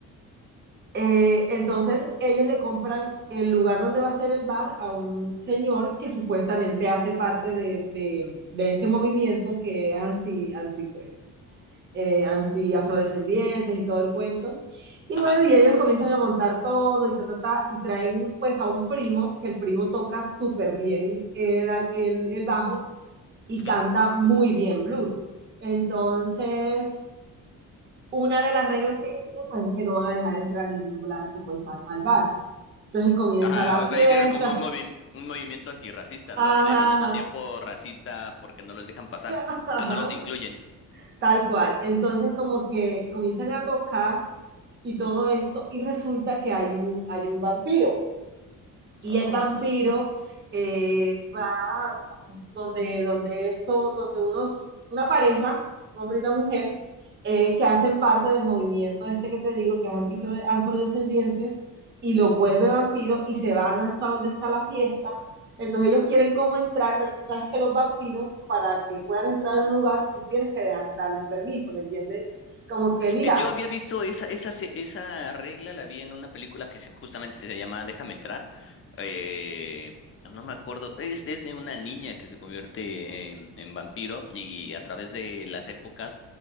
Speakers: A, on the right; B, on the left.
A: Eh, entonces ellos le compran el lugar donde va a ser el bar a un señor que supuestamente hace parte de, de- de este movimiento que es anti, anti, pues, eh, anti-afrodescendientes y todo el cuento. Y
B: Ajá.
A: bueno, y ellos comienzan a montar todo y ta, ta, ta, y traen pues a un primo, que el primo toca súper bien el, el el bajo y
B: ujú.
A: canta muy bien blues. Entonces, una de las reglas que ellos tienen pues, es que no van a dejar entrar ningún blanco pues al, al bar. Entonces comienza
B: Ajá,
A: la
B: o
A: fiesta,
B: sea, hicieron como un movi- un movimiento antirracista,
A: ajá,
B: ¿no? Pero al mismo
A: ajá,
B: tiempo racista porque no los dejan pasar,
A: <laughs> ajá,
B: entonces no los incluyen.
A: tal cual. Entonces como que comienzan a tocar y todo esto y resulta que hay un, hay un vampiro. y
B: Oh.
A: el vampiro eh, va a donde, donde esto, donde unos, una pareja, un hombre y una mujer, eh, que hacen parte del movimiento este que te digo, que es anti- afrodescendientes, y los vuelve vampiro y se van hasta donde está la fiesta. Entonces ellos quieren cómo entrar, pero tú sabes que los vampiros, para que puedan entrar a un lugar, tú tienes que dejar- darles permiso, ¿me entiendes? Como que,
B: Sí,
A: mira,
B: eh, Yo había visto esa, esa, se- esa regla, la vi en una película que se, justamente se llama Déjame entrar. Eh, no no me acuerdo, es, es de una niña que se convierte en, en vampiro y a través de las épocas